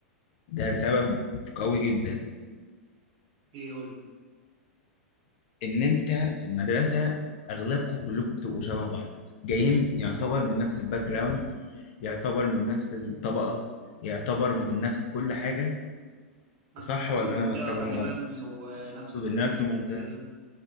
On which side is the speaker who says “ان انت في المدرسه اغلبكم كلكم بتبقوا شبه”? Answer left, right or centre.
Left